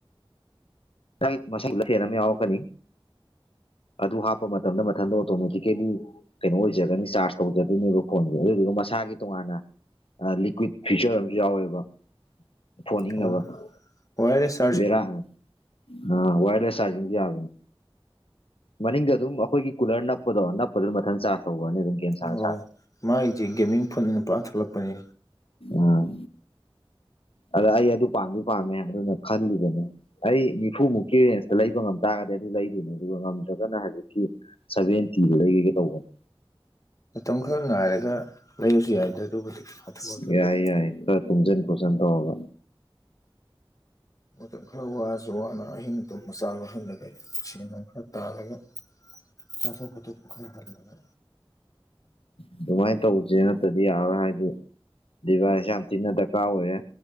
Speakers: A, on the left (about 80°); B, on the left (about 35°).
A: ꯃꯁꯥꯏ ꯃꯁꯥꯒꯤ ꯀꯨꯂꯔ ꯐꯦꯟ ꯑꯃ ꯌꯥꯎꯔꯛꯀꯅꯤ ꯑꯗꯨ ꯍꯥꯞꯄ ꯃꯇꯝꯗ ꯃꯊꯟꯗ ꯑꯣꯇꯣꯃꯦꯇꯤꯀꯦꯜꯂꯤ ꯀꯩꯅꯣ ꯑꯣꯏꯖꯒꯅꯤ ꯆꯥꯔꯖ ꯇꯧꯖꯗꯣꯏꯅꯦꯕ ꯐꯣꯟꯖꯦ ꯑꯗꯨꯗꯨꯒ ꯃꯁꯥꯒꯤ ꯇꯣꯉꯥꯟꯅ ꯂꯤꯀ꯭ꯋꯤꯠ ꯐꯤꯌꯨꯆꯔ ꯑꯃꯁꯨ ꯌꯥꯎꯋꯦꯕ ꯐꯣꯟ ꯏꯪꯅꯕ
B: ꯑ ꯋꯥꯌꯔꯦꯁ
A: ꯕꯦꯔꯥꯅꯦ ꯑꯥ ꯋꯥꯌꯔꯂꯦꯁ ꯆꯥꯔꯖꯤꯡꯖꯨ ꯌꯥꯕꯅꯤ ꯃꯅꯤꯡꯗ ꯑꯗꯨꯝ ꯑꯈꯣꯏꯒꯤ ꯀꯨꯂꯔ ꯅꯞꯄꯗꯣ ꯅꯞꯄꯗꯨꯗ ꯃꯊꯟ ꯆꯥꯔꯖ ꯇꯧꯒ꯭ꯔꯅꯤ ꯑꯗꯨꯝ ꯒꯦꯝ ꯁꯥꯔ
B: ꯎꯪ
A: ꯁꯥꯔ
B: ꯑꯣ ꯃꯥꯏꯖꯦ ꯒꯦꯃꯤꯡ ꯐꯣꯟ ꯑꯣꯏꯅ ꯄꯨꯔꯥ ꯊꯣꯛꯂꯛꯄꯅꯦ
A: ꯎꯝ ꯑꯗ ꯑꯩ ꯑꯗꯨ ꯄꯥꯝꯗꯤ ꯄꯥꯝꯃꯦ ꯑꯗꯨꯅ ꯈꯜꯂꯤꯕꯅꯤ ꯑꯩ ꯅꯤꯐꯨꯃꯨꯛꯀꯤ ꯔꯦꯟꯖꯇ ꯂꯩꯕ ꯉꯝ ꯇꯥꯔꯒꯗꯤ ꯑꯗꯨ ꯂꯩ ꯑꯗꯨꯏꯅꯦ ꯑꯗꯨꯒ ꯉꯝꯗ꯭ꯔꯒꯅ ꯍꯧꯖꯤꯛꯀꯤ ꯁꯚꯦꯟ ꯇꯤꯗꯣ ꯂꯩꯔꯒꯦ ꯇꯧꯕꯅꯦ
B: ꯃꯇꯝ ꯈꯔ ꯉꯥꯏꯔꯒ ꯂꯩꯔꯁꯨ ꯌꯥꯏꯗ ꯑꯗꯨꯕꯨꯗꯤ ꯍꯥꯊꯨ ꯍꯥꯊꯨꯗꯁꯨ
A: ꯌꯥꯏ ꯌꯥꯏ ꯈꯔ ꯇꯨꯝꯖꯟ ꯈꯣꯠꯆꯟ ꯇꯧꯔꯒ
B: ꯃꯇꯝ ꯈꯔ ꯋꯥꯔꯖꯨ ꯋꯥꯅ ꯑꯍꯤꯡ ꯇꯨꯝꯕꯥ ꯆꯥꯕ ꯈꯪꯗꯒꯩ ꯂꯧꯁꯤꯟꯕ ꯉꯝꯗꯕ ꯇꯥꯔꯒ ꯆꯥꯊꯣꯛ ꯈꯣꯠꯇꯣꯛꯄ ꯈꯔ ꯍꯜꯂꯒ
A: ꯑꯗꯨꯃꯥꯏ ꯇꯧꯖꯦ ꯅꯠꯇ꯭ꯔꯗꯤ ꯌꯥꯔꯔꯣꯏ ꯍꯥꯏꯗꯤ ꯗꯤꯚꯥꯏꯁꯦ ꯌꯥꯝ ꯊꯤꯅ ꯗꯔꯀꯥ ꯑꯣꯏꯔꯦ